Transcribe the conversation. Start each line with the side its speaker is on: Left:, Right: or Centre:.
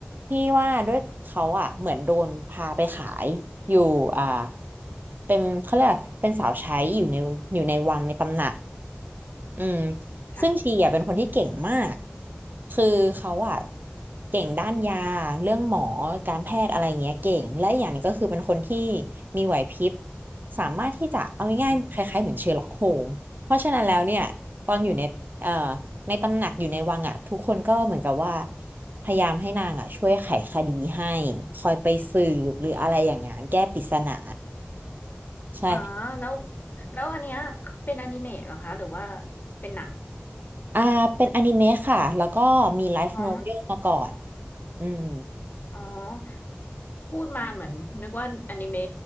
Right: ที่ว่าด้วยเขาอ่ะเหมือนโดนพาไปขายอยู่อ่าเป็นเขาเรียกว่าเป็นสาวใช้อยู่ในอยู่ในวังในตำหนักอืม
Left: ค่ะ
Right: ซึ่งชีอ่ะเป็นคนที่เก่งมาก คือเขาอะเก่งด้านยาเรื่องหมอการแพทย์อะไรเงี้ยเก่งและอีกอย่างหนึงก็คือเป็นคนที่มีไหวพริบสามารถที่จะเอาง่ายๆคล้ายๆเหมือนเชอร์ล็อกโฮมเพราะฉะนั้นแล้วเนี่ยตอนอยู่ในเอ่อ
Left: อืม
Right: ในตำหนักอยู่ในวังอะทุกคนก็เหมือนกับว่าพยายามให้นางอะช่วยไขคดีให้คอยไปสืบหรืออะไรอย่างงั้นแก้ปริศนา
Left: อืม
Right: ใช่
Left: อ๋อแล้วแล้วอันเนี้ยเป็นอนิเมะเหรอคะหรือว่าเป็นหนัง
Right: อ่าเป็นอนิเมะค่ะแล้วก็มีไลฟ์โนเวลมาก่อน
Left: อ๋อ
Right: อืม
Left: อ๋อพูดมาเหมือนนึกว่าอนิเมะ